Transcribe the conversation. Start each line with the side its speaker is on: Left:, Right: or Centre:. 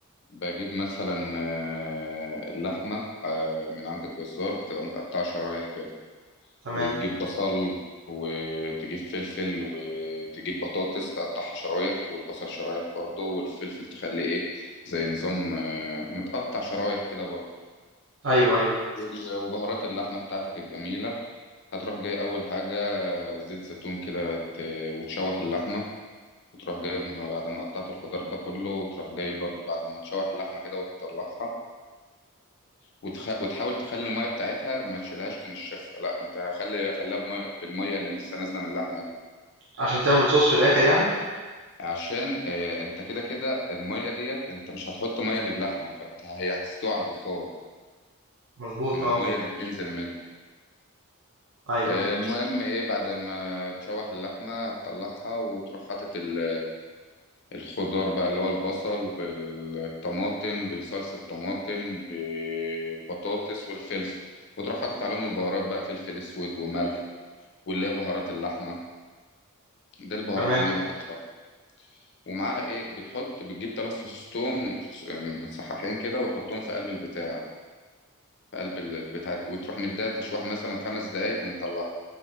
Left: بجيب مثلا آه، اللحمة آه، من عند الجزار بتبقى متقطعة شرايح كده
Right: تمام،
Left: وتجيب بصل وتجيب فلفل وتجيب بطاطس تقطعها شرايح والبصل شرايح برضه والفلفل تخليه ايه زي نظام آه، متقطع شرايح كده برضه
Right: أيوه، أيوه،
Left: وال- وبهارات اللحمة بتاعتك الجميلة هتروح جاي أول حاجة زيت زيتون كده ت- وتشوح اللحمة وتروح جاي م- بعد ما قطعت الخضار ده كله وتروح جاي برضو بعد ما تشوح اللحمة كده وتطلعها وتخ... وتحاول تخلي المية بتاعتها ما تشيلهاش تنشفها لا انت خلي خليها بمية... بالمية اللي لسه نازلة من اللحمة دي
Right: عشان تعمل صوص في الآخر يعني؟
Left: عشان اه انت كده كده المية ديت انت مش هتحط مية للحمة فانت هي هتستوي على البخار
Right: مضبوط
Left: من المية
Right: آه،
Left: اللي بتنزل منها
Right: أيوه،
Left: المهم
Right: أيوه،
Left: ايه بعد ما تشوح اللحمة تطلعها وتروح حاطط ال- الخضار بقى اللي هو البصل بالطماطم بصلصة طماطم بالبطاطس والفلفل وتروح حاطط عليهم البهارات بقى فلفل اسود وملح واللي هي بهارات اللحمة ده البهارات
Right: تمام،
Left: اللي انا بحطها ومعاها ايه بتحط بتجيب تلات فصوص توم س- متصححين كده وتحطهم في قلب البتاع في قلب البتاع وتروح مديها تشويحة مثلا خمس دقايق ومطلعها